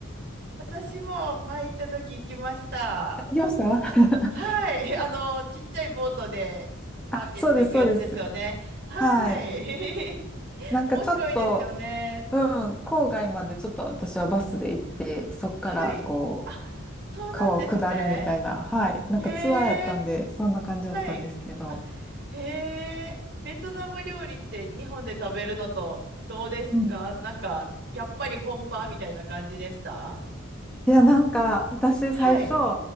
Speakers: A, on the right (about 55°); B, in the centre.
A: 私も前行った時行きました。
B: きました <laughs>
A: はい。<laughs> あの、ちっちゃいボートでマーケット行くやつですよね。
B: あ、そうです、そうです。
A: はい。
B: はい。
A: <laughs>
B: なんかちょっと、
A: 面白いですよね。
B: うん、郊外までちょっと私はバスで行って、そっからこう、
A: はい。あ、そうなんですね。
B: 川を下るみたいな、はい。なんかツアーやったんで、
A: へえ、
B: そんな感じだったんですけど。
A: はい。あ、へえ、ベトナム料理って日本で食べるのとどうですかなんか、
B: うん。
A: やっぱり本場みたいな感じでした
B: いや、なんか私最初、
A: はい。